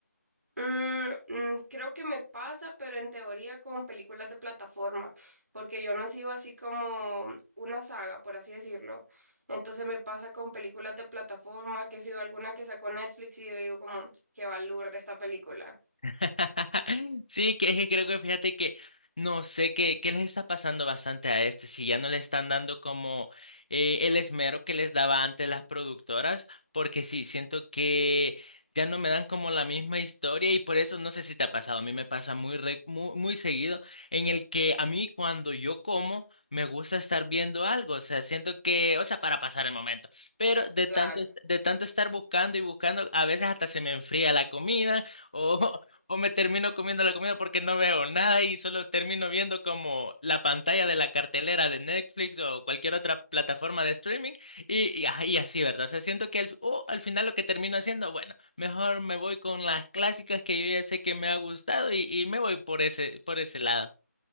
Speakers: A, on the right (about 60°); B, on the left (about 25°).
A: Mm, mm, creo que me pasa, pero en teoría con películas de plataforma, porque yo no sigo así como una saga, por así decirlo. Entonces me pasa con películas de plataforma, que sigo alguna que sacó Netflix y yo digo como, qué valor de esta película.
B: <laughs> Sí, que es que creo que fíjate que no sé qué, qué les está pasando bastante a este, si ya no le están dando como eh, el esmero que les daba antes las productoras, porque sí, siento que ya no me dan como la misma historia y por eso no sé si te ha pasado, a mí me pasa muy, re- muy, muy seguido en el que a mí cuando yo como me gusta estar viendo algo, o sea, siento que, o sea, para pasar el momento, pero de
A: Claro.
B: tanto, es- de tanto estar buscando y buscando, a veces hasta se me enfría la comida. o o me termino comiendo la comida porque no veo nada y solo termino viendo como la pantalla de la cartelera de Netflix o cualquier otra plataforma de streaming y, y, ajá, y así, ¿verdad? O sea, siento que al, fi- o al final lo que termino haciendo, bueno, mejor me voy con las clásicas que yo ya sé que me ha gustado y, y me voy por ese, por ese lado.